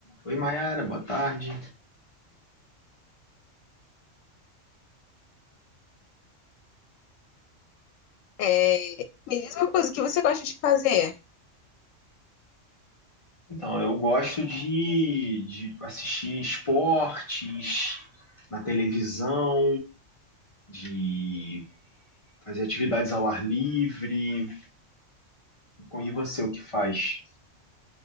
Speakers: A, on the left; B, on the left.
A: Oi, Mayara, boa tarde.
B: É, me diz uma coisa, o que você gosta de fazer?
A: Então, eu gosto de, de assistir esportes na televisão, de fazer atividades ao ar livre. E você, o que faz?